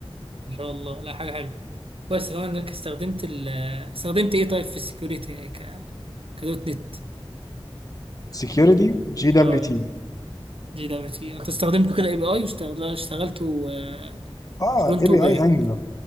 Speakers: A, on the right; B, on the left.
A: ما شاء الله لا حاجه حلوه كويس كمان انك استخدمت ال استخدمت ايه طيب في السكيورتي ك كدوت نت
B: سكيورتي جي دبليو
A: اه
B: تي
A: دي دعوتي انت استخدمته كده اي بي اي اشتغلت اشتغلته
B: اه
A: فرونت
B: اي بي
A: وباك
B: اي انجلر